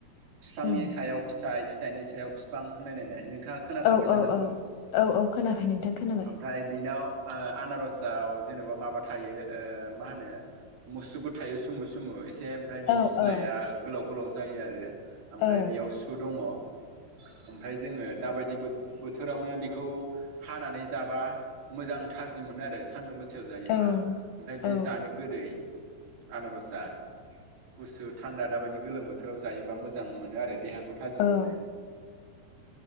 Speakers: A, on the right; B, on the left.
A: बिफांनि
B: उम
A: सायाव फिथाइ फि फिथाइनि सायाव बिफां होनायलायनाय नों नोंथाङा खोनाखाबाय
B: औ
A: जानांगौ
B: औ औ औ औ खोनाबाय नोंथां खोनाबाय
A: ओमफ्राय बिनाव ओ आनारस जाव जेन'बा माबा थायो मा होनो मुसुगु थायो सुमु सुमु ए से ओमफ्राय बिनि
B: औ
A: बिलाइआ
B: औ
A: गोलाव गोलाव जायो आरो। ओमफ्राय
B: औ
A: बेयाव सु दङ ओमफ्राय जोङो दाबायदि बो-बोथोरावनो बेखौ हानानै जाबा मोजां थाजिम मोनो आरो सान्दुं गोसा याव जायोब्ला
B: औ
A: ओमफ्राय बे
B: औ
A: जानो गोदै आनारसआ गुसु थान्दा दाबायदि गोलोम बोथोराव जायोबा मोजां मोनो आरो देहाखौ थाजिम
B: औ
A: मोनो।